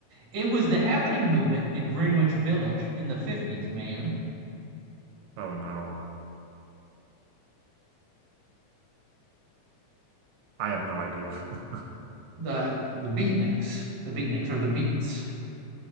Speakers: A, on the right; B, on the right.
A: It was the happening movement in Greenwich Village in the 50s, man.
B: Oh no. I have no idea. <laughs>
A: The the beatniks, the beatniks or the beats.